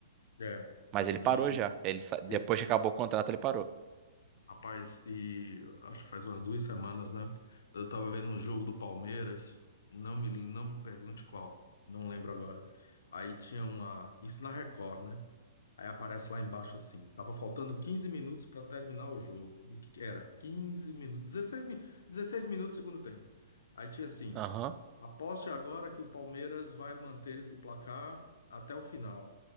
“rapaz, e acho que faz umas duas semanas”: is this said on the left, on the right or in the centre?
Left